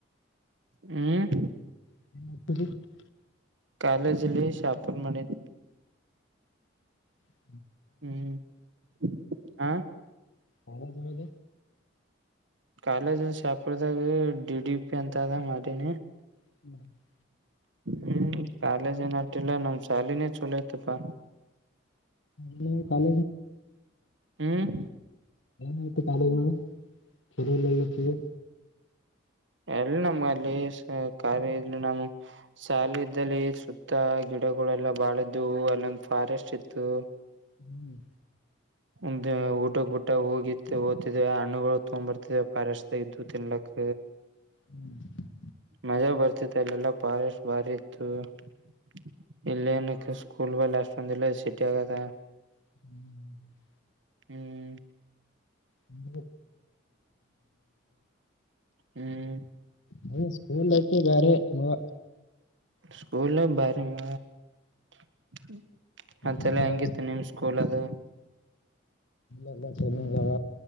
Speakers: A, on the right (about 70°); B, on the left (about 75°).
A: ಹ್ಮ್
B: <inaudible>
A: ಕಾಲೇಜ್ಲ್ಲಿ ಶಾಪಿಂಗ್ ಮಾಡಿನಿ
B: ಹ್ಮ
A: ಹ್ಮ್ <inaudible> ಹಾ
B: ಕಾಲೇಜ್ ಒಳಗ
A: ಕಾಲೇಜ ಶಾಪುರದಾಗ ಡಿ ಡಿ ಪಿ ಅಂತ ಅದ ಮಾಡೀನಿ.
B: <inaudible>
A: ಹ್ಮ್ ಕಾಲೇಜ ಏನಟಿಲ್ಲ ನಮ್ಮ ಶಾಲಿನೇ ಚಲೋ ಇತಪ್ಪಾ
B: ಹು ಕಾಲ
A: ಹ್ಮ್
B: ಮತ್ತ ಕಾಲೇಜ್ <unintelligible>
A: ಎಲ್ಲಿ ನಮ್ಗ ಅಲ್ಲಿ ಸ ಕಾಲೇಜ್ ನಮ್ ಸಾಲಿ ಇದ್ದಲ್ಲಿ ಸುತ್ತ ಗಿಡಗಳೆಲ್ಲ ಬಾಳ್ ಇದ್ದವ ಅಲ್ಲೊಂದು ಫಾರೆಸ್ಟ ಇತ್ತು
B: ಹ್ಮ್
A: ಒಂದು ಊಟಕ್ಕ ಬಿಟ್ಟಗಾ ಹೋಗಿ ಹೋಗಿತ್ತ್ಯಾದವ್ ಹಣ್ಣುಗಳು ತಂಬತ್ತಿದ್ದವ ಪಾರೆಸ್ಟ್ ಇದ್ದು ತಿನ್ಲಕ್
B: ಹ್ಮ್ <unintelligible>
A: ಮಜಾ ಬರ್ತಿತ್ತು ಅಲ್ಲೆಲ್ಲಾ ಪಾರೆಸ್ಟ್ ಬಾರಿ ಇತ್ತು <inaudible> ಇಲ್ಲೇನ ಸ್ಕೂಲಗಳ ಬಲ್ಲ ಅಷ್ಟೊಂದಿಲ್ಲ ಸಿಟ್ಯಾಗದ
B: ಹ್ಮ್
A: ಹ್ಮ್
B: <unintelligible>
A: ಹ್ಮ್
B: ನೀ ಸ್ಕೂಲ್ಕ ಬಾರೆ ಏನ್ಇಲ್ಲಾ
A: ಸ್ಕೂಲ್ ಬಾರಿ ಮ <inaudible> ಮತ್ತೆಲ್ಲ
B: ಇವಾಗ
A: ಹಂಗಿತ್ತು ನಿಮ್ ಸೂ ಕೂಲದ
B: ಎಲ್ಲ ಚೆನ್ನಾಗದ